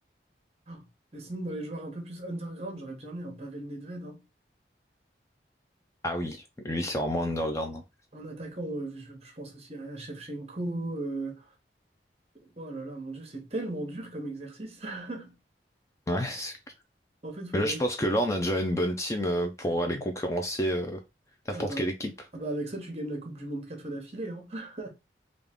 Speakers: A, on the right; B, on the left.
A: Ah, et sinon, dans les joueurs un peu plus underground, j'aurais bien mis un Pavel Nedved. hein.
B: Ah oui, lui, c'est vraiment underground. hein.
A: En attaquant, euh, je, je pense aussi à Shevchenko. euh, Oh là là, mon Dieu, c'est tellement dur comme exercice. <laughs>
B: Ouais. c'est-
A: En fait, faudrait.
B: Mais là, je pense que là, on a déjà une bonne team euh, pour aller concurrencer euh, n'importe
A: Ah bah,
B: quelle équipe.
A: ah bah avec ça, tu gagnes la Coupe du Monde quatre fois d'affilée. hein. <laughs>